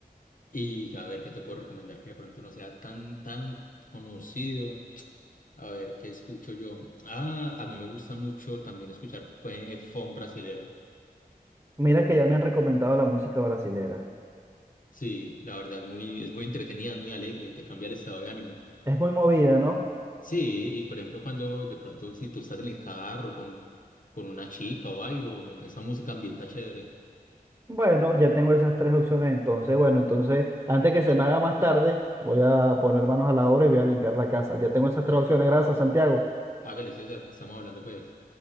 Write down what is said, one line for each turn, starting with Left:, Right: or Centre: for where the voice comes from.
Left: Y a ver, ¿qué te puedo recomendar que de pronto no sea tan, tan conocido? A ver, ¿qué escucho yo? Ah, a mí me gusta mucho también escuchar pues, funk brasilero.
Right: Mira que ya me han recomendado la música brasilera.
Left: Sí, la verdad es muy, es muy entretenida, es muy alegre, te cambia el estado de ánimo.
Right: Es muy movida, ¿no?
Left: Sí, y por ejemplo, cuando de pronto, si tú estás en el carro con, con una chica o algo, esa música ambienta chévere.
Right: Bueno, ya tengo esas tres opciones entonces. Bueno, entonces, antes que se me haga más tarde, voy a poner manos a la obra y voy a limpiar la casa. Ya tengo esas tres opciones. Gracias, Santiago.
Left: Hágale, César, estamos hablando pues.